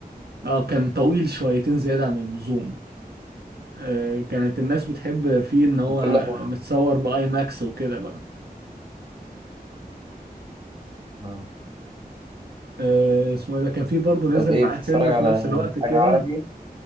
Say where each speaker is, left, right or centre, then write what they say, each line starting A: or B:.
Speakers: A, on the right; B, on the right.
A: آه، كان طويل شويتين زيادة عن اللزوم آه، كانت الناس بتحب فيه ان هو
B: كان كله حوار
A: متصور باي ماكس وكده بقى
B: آه.
A: آه، اسمه ايه ده كان في برضه نزل
B: طب إيه
A: معاه
B: بتتفرج
A: فيلم
B: على
A: في نفس الوقت كده
B: حاجة عربي؟